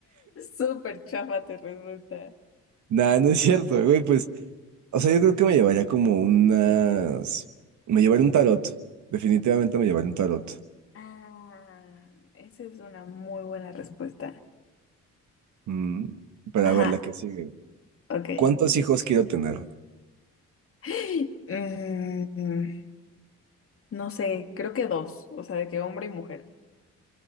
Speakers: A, on the left (about 45°); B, on the right (about 70°).
A: Súper chafa te resulta.
B: Nah, no es cierto, güey, pues, o sea, yo creo que me llevaría como unas... Me llevaría un tarot, definitivamente me llevaría un tarot.
A: Ah, esa es una muy buena respuesta.
B: Mm, para
A: Ajá,
B: ver la que sigue.
A: ok.
B: ¿Cuántos hijos quiero tener?
A: <gasps> Mm, No sé, creo que dos, o sea, de que hombre y mujer.